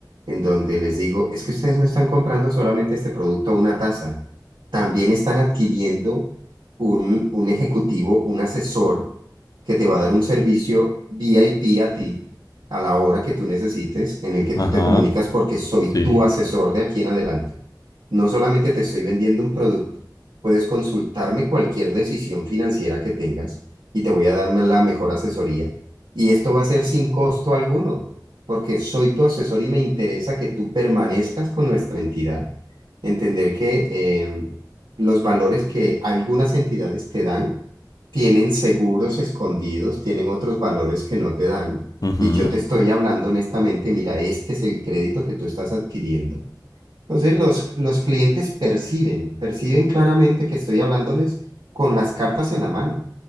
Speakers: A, on the right; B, on the left.
A: en donde les digo, es que ustedes no están comprando solamente este producto o una tasa también están adquiriendo un, un ejecutivo, un asesor que te va a dar un servicio VIP a ti a la hora que tú necesites, en el que
B: Ajá,
A: tú te comunicas porque soy
B: sí.
A: tu asesor de aquí en adelante. No solamente te estoy vendiendo un producto, puedes consultarme cualquier decisión financiera que tengas y te voy a dar la mejor asesoría. Y esto va a ser sin costo alguno, porque soy tu asesor y me interesa que tú permanezcas con nuestra entidad entender que eh, los valores que algunas entidades te dan tienen seguros escondidos, tienen otros valores que no te dan.
B: Ujú,
A: Y yo te estoy hablando honestamente, mira, este es el crédito que tú estás adquiriendo. Entonces los, los clientes perciben, perciben claramente que estoy hablándoles con las cartas en la mano